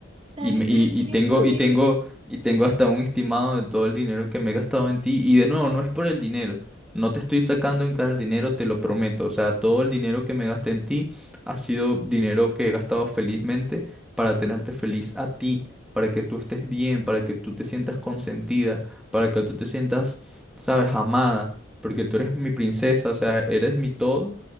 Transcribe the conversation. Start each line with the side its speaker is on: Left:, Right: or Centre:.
Right: Dani,
Centre: Y, me-
Right: pero
Centre: y,
Right: es que
Centre: y tengo,
Right: yo también,
Centre: y tengo, y tengo hasta un estimado de todo el dinero que me he gastado en ti. Y de nuevo, no es por el dinero. No te estoy sacando en cara el dinero, te lo prometo. O sea, todo el dinero que me gasté en ti ha sido dinero que he gastado felizmente para tenerte feliz a ti, para que tú estés bien, para que tú te sientas consentida, para que tú te sientas, sabes, amada, porque tú eres mi princesa, o sea, eres mi todo